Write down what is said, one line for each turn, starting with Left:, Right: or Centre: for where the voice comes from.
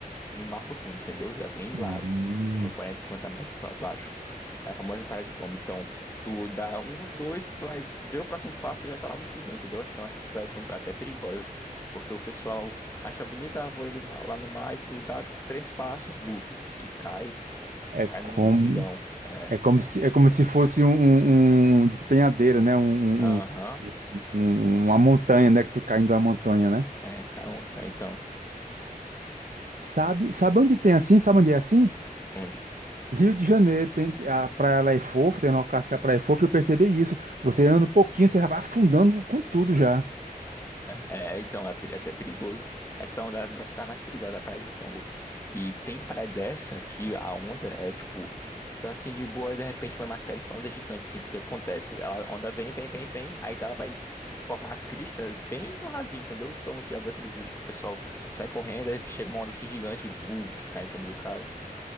Left: no mar profundo, entendeu? Já vem lá,
Right: Hum,
Left: os 40, 50 metros para baixo. É a famosa parada de tomba. Então, tu dá um, dois, que tu vai ver o próximo passo e já tá lá no fundão, entendeu? Então, essas praias são até perigosas, porque o pessoal acha bonita, ah, vou ele lá lá no mar e tu dá três passos, buff, e cai, e
Right: é
Left: cai
Right: como
Left: no, no fundão. É,
Right: é como se é como se fosse um, um- um despenhadeiro, né? Um,
Left: aham,
Right: um- um- uma montanha, né? Que tu caindo uma montanha, né?
Left: é, cai ontem, então.
Right: Sabe sabe onde tem assim? Sabe onde é assim?
Left: Onde?
Right: Rio de Janeiro tem a praia lá é fofa, tem locais que a praia é fofa. Eu percebi isso. Você anda um pouquinho, você já vai afundando com tudo já.
Left: É, é, então, é peri- é até perigoso. Essa onda é uma das praias mais perigosas, a praia de Tombo. E tem praia dessa que a onda é tipo, tá assim de boa, e de repente vai uma série que a onda é gigante, assim, porque acontece. Ela, a onda vem, vem, vem, vem, aí ela vai formar a crista bem no rasinho, entendeu? Então, já viu aqueles vídeos que o pessoal sai correndo, aí chega uma onda assim gigante, buf, cai em cima do cara.